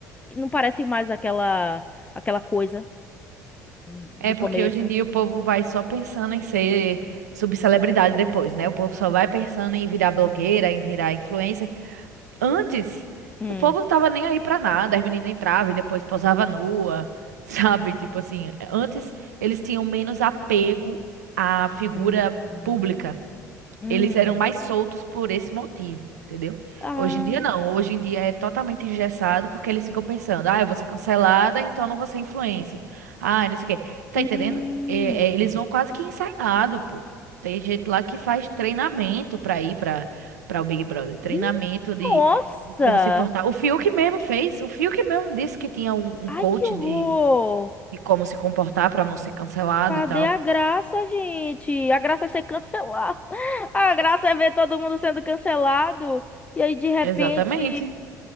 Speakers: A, on the left (about 15°); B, on the right (about 75°).
A: E Não parece mais aquela aquela coisa do
B: É
A: começo.
B: porque hoje em dia o povo vai só pensando em ser subcelebridade depois, né? O povo só vai pensando em virar blogueira, em virar influencer. Antes,
A: Hum.
B: o povo não tava nem aí pra nada, as meninas entravam e depois posava nua, <laughs> sabe? Tipo assim, antes eles tinham menos apego à figura
A: Hum.
B: pública.
A: Hum.
B: Eles eram mais soltos por esse motivo, entendeu?
A: Ah.
B: Hoje em dia não. Hoje em dia é totalmente engessado porque eles ficam pensando, ah, eu vou ser cancelada, então não vou ser influencer. Ah, não sei o quê. Tá
A: Hum.
B: entendendo? É, é, eles vão quase que ensaiado, pô. Tem gente lá que faz treinamento pra ir pra, pra o Big Brother. Treinamento
A: Hum.
B: de
A: Nossa!
B: como se portar. O Fiuk mesmo fez. O Fiuk mesmo disse que tinha um, um
A: Ai,
B: coach
A: que horror!
B: de, de como se comportar pra não ser cancelado
A: Cadê
B: e tal.
A: a graça, gente? A graça é ser cancelado. <laughs> A graça é ver todo mundo sendo cancelado. E aí, de repente,
B: Exatamente.